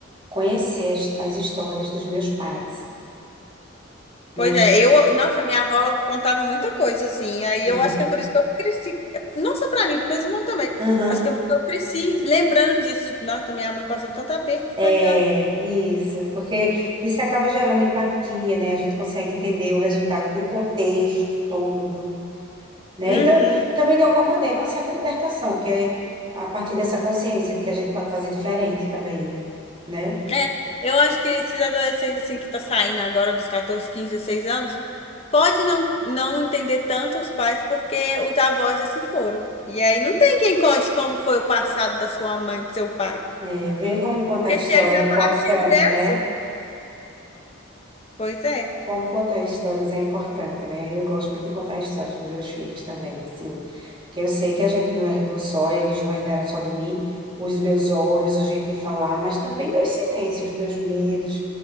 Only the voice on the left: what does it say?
Pois
é, eu, nossa, minha avó contava muita coisa assim. Aí
eu acho que é por isso que eu cresci, não só pra mim, pros meus irmãos também.
Acho que é por isso que eu cresci lembrando disso, tipo, nossa, minha mãe passou tanto aperto,
coitada.
Uhum.
É, eu acho que esses adolescentes assim que tá saindo agora dos 14, 15, 16 anos, pode não não entender tanto os pais porque os avós já se foram. E aí não tem quem conte como foi o passado da sua mãe, do seu pai.
Porque
se eles já
partiram dessa,
pois é.